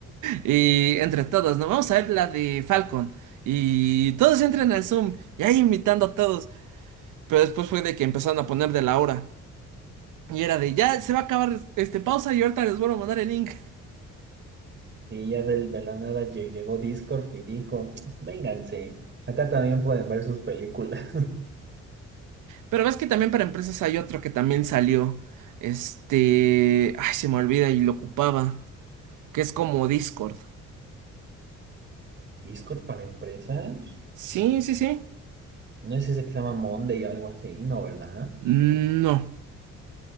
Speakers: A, on the right (about 90°); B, on the right (about 40°).
A: y entre todos, ¿no? Vamos a ver la de Falcon y todos entran al Zoom y ahí invitando a todos. Pero después fue de que empezaron a poner de la hora y era de, ya se va a acabar este pausa y ahorita les vuelvo a mandar el link.
B: Y ya del- de, la nada lle- llegó Discord y dijo, vénganse, acá también pueden ver sus películas.
A: Pero ves que también para empresas hay otro que también salió. Este. Ay, se me olvida y lo ocupaba. Que es como Discord.
B: <laughs> ¿Discord para empresas?
A: Sí, sí, sí.
B: No es ese que se llama Monday o algo así, ¿no, verdad?
A: No.